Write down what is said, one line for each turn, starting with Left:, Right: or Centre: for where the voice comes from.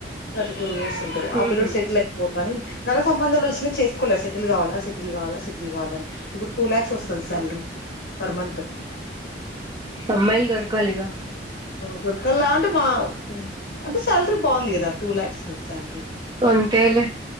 Left: <unintelligible> టూ ఇయర్స్ ఉంటుది ఆ
Right: ఉహు
Left: పిల్లోడు సెటిల్ అయిపోయిండని చాలా సంబంధాలు వచ్చినా చేసుకోలే సెటిల్ కావాలా సెటిల్ కావాలా సెటిల్ కావాలాని ఇప్పుడు టూ ల్యాక్స్ వస్తుంది సాలరీ పర్ మంత్
Right: అమ్మాయిలు దొరకాలిగా
Left: దొరకల్లా అంటే మా అంటే శాలరీ బావుంది కదా టూ లాక్స్ కదా శాలరీ
Right: అంతేలే